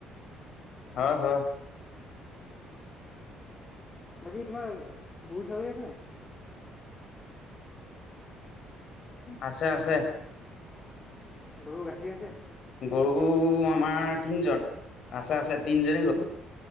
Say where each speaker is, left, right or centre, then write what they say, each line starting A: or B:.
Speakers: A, on the left (about 60°); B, on the left (about 25°).
A: হয়, হয়।
B: বাকী তোমাৰ গৰু ছাগলী আছে নাই?
A: আছে, আছে।
B: গৰু গাখীৰ আছে?
A: গৰু আমাৰ তিনজন আছে আছে তিনজনি গৰু।